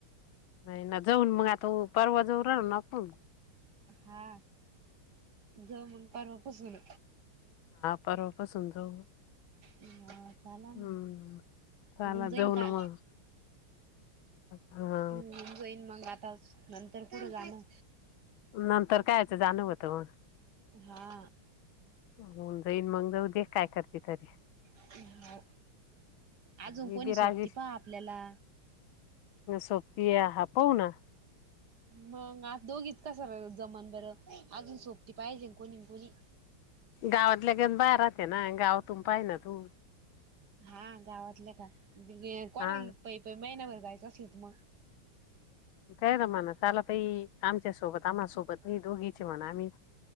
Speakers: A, on the left; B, on the right.
A: नाही ना जाऊन मग आता परवा जऊ राहिलो ना आपूण.
B: हा, जाऊ मग परवा पासुण.
A: परवा पासून जाऊ?
B: हा चालांग.
A: हम्म चला
B: होऊन जाईन
A: जाऊ ना
B: का, <unintelligible>
A: मग हा
B: हम. जाईन मग आता, नंतर पुढं जाणं.
A: नंतर कायचं जाणं होतं
B: <unintelligible> हा.
A: होऊन जाईन मग जाऊ दे काय करते तरी?
B: हा, अजून
A: मी
B: कोणी
A: बी राजी
B: सोपती पहा आपल्याला?
A: सोपती हा पाहुना.
B: मग आत दोघीच कस जमन बरं अजून सोपती पाहिजे कोणीन कोणी.
A: गावातल्या गण बाहेर राहते ना गावातून पाहि ना तू?
B: हा गावातल्या का, कोणाल
A: हा
B: पई पई महिन्याभर जायचं असल तर मग?
A: त्यांना म्हणा चला ताई आमच्यासोबत आम्हालासोबत. मी दोघीचे म्हणा आम्ही.